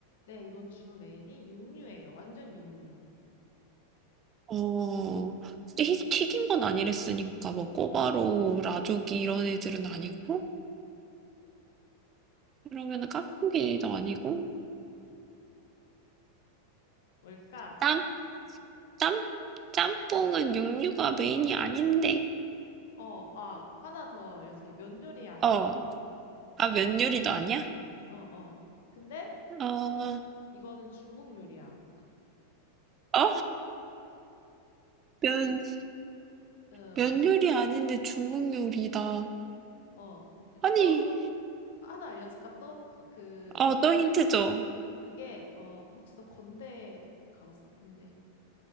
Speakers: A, on the left (about 55°); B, on the right (about 25°).
A: 네, 이건 주 메인이 육류예요. 완전 육류.
B: 어, 튀- 튀긴 건 아니랬으니까 뭐 꼬바로우, 라조기 이런 애들은 아니고 그러면은 깐풍기도 아니고
A: 뭘까?
B: 짬? 짬? 짬뽕은 육류가 메인이 아닌데.
A: 어, 아, 하나 더 알려줄게. 면 요리 아니야.
B: 어. 아, 면 요리도 아니야?
A: 어, 어. 근데
B: 어.
A: 이거는 중국 요리야.
B: 어? 면,
A: 어,
B: 면 요리 아닌데 중국 요리다.
A: 어.
B: 아니,
A: 또 하나 알려줄까? 또 그,
B: 어, 또 힌트 줘.
A: 그게, 어, 혹시 너 건대 가봤어? 건대.